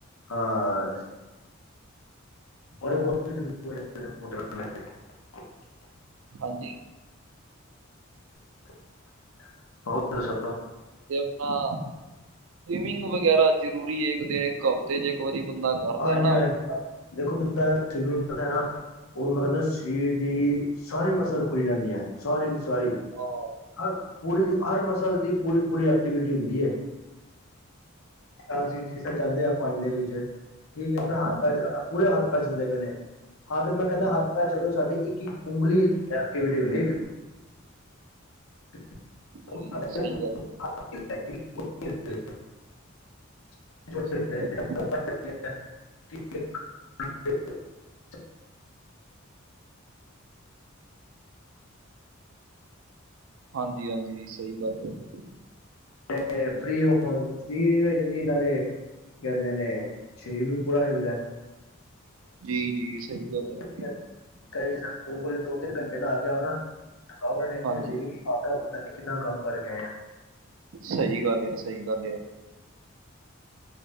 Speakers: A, on the left (about 90°); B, on the right (about 70°).
A: ਹਾਂ, <unintelligible>
B: ਹਾਂਜੀ,
A: <unintelligible> ਹੋਰ ਦੱਸੋ
B: ਤੇ ਆਪਣਾ ਸਵੀਮਿੰਗ ਵਗੈਰਾ ਜ਼ਰੂਰੀ ਹੈ। ਇੱਕ ਦਿਨ ਇੱਕ ਹਫ਼ਤੇ ਚ ਇੱਕ ਵਾਰੀ, ਕਰਦੇ
A: ਹਾਂਜੀ
B: ਹਨਾ,
A: ਹਾਂਜੀ ਦੇਖੋ ਵੀ ਸਵਿਮਿੰਗ ਕਰਦਾ ਨਾ, ਉਹ ਮੈਂ ਕਹਿੰਦਾ ਦਾ ਸੀ ਡੀ ਸਾਰੀ ਮਸਲ ਖੁੱਲੀ ਜਾਂਦੀ ਹੈ। ਸਾਰੀ ਦੀ ਸਾਰੀ
B: ਹਾਂ
A: ਹਰ ਪੂਰੀ ਹਰ ਮਸਲ ਦੀ ਪੂਰੀ-ਪੂਰੀ ਐਕਟੀਵਿਟੀ ਹੁੰਦੀ ਐ, ਹਾਂਜੀ, ਜਿਸ ਤਰ ਜਾਂਦੇ ਆ ਪਾਣੀ ਦੇ ਵਿੱਚ ਠੀਕ ਹੈ ਆਪਣਾ
B: ਹਾਂਜੀ
A: ਹੱਥ ਪੈ ਚਲਾਣਾ ਪੂਰੇ ਹੱਥ ਪੈ ਨੇ, ਹੱਥ ਮੈਂ
B: ਹਾਂਜੀ
A: ਕਹਿੰਦਾ, ਹੱਥ ਪੈ ਛੱਡੋ ਸਾਡੇ ਇੱਕ-ਇੱਕ ਉਂਗਲੀ ਐਕਟੀਵਿਟੀ ਹੁੰਦੀ। <unintelligible>
B: ਜੀ, ਸਹੀ ਗੱਲ ਆ
A: <unintelligible>
B: ਸਹੀ ਗੱਲ ਆ ਹਾਂਜੀ-ਹਾਂਜੀ, ਸਹੀ ਗੱਲ ਹੈ।
A: ਤੇ ਫਰੀ ਹੋ ਫਰੀ ਵੀ ਹੋ ਜਾਂਦੀ ਨਾਲੇ, ਕੀ ਕਹਿੰਦੇ ਨੇ ਸਰੀਰ ਵੀ ਪੂਰਾ ਹਿੱਲਦਾ।
B: ਜੀ ਜੀ, ਸਹੀ ਆ
A: ਗੱਲ ਕਈ ਪੁਰੇ ਦੋ ਤਿੰਨ ਘੰਟੇ ਲਾ ਕੇ ਆਓ ਨਾ, ਖਵਰ ਡਨੀ
B: ਹਾਂਜੀ
A: ਹੋ ਜਾਏਗੀ, ਸਾ ਪਤਾ ਨਹੀਂ ਕਿੰਨਾ ਕੰਮ ਕਰਕੇ ਆਏ।
B: ਸਹੀ ਗੱਲ ਆ, ਸਹੀ ਗੱਲ ਆ।